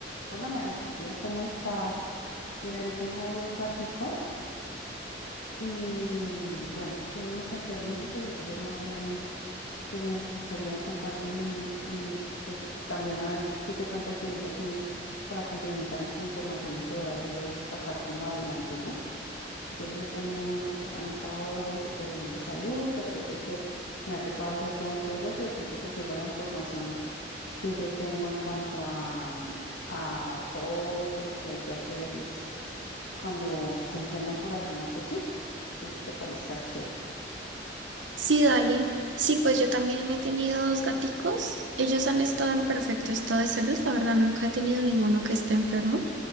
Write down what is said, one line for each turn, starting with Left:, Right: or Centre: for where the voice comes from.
Left: Hola María Sofía, ¿cómo estás? Mira, yo tengo dos gaticos y bueno, tuve unos enfermitos, entonces más o menos pues me gustaría contarte mi, mi, pues también a ver tú qué tanta experiencia tienes para complementar nuestra información y poderlos sacar como adelante, ¿no? Yo los he tenido, unos es- han estado súper bien de salud, pero hay otros que me ha tocado hacer todo un proceso y de pronto te sirva la información que yo tengo en cuanto a, mm, a todo lo que hay que hacerles cuando se enferma por alguna cosita. No sé si te parezcas chévere.
Right: Sí, dale. Sí, pues yo
Left: ¿no?
Right: también he tenido dos gaticos. Ellos han estado en perfecto estado de salud. La verdad, nunca he tenido ninguno que esté enfermo,